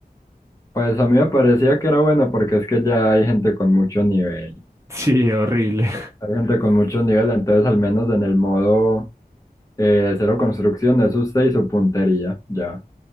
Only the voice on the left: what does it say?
Pues a mí me parecía que era bueno porque es que ya hay gente con mucho nivel.
Hay gente con mucho nivel, entonces al menos en el modo eh, cero construcción es usted y su puntería, ya.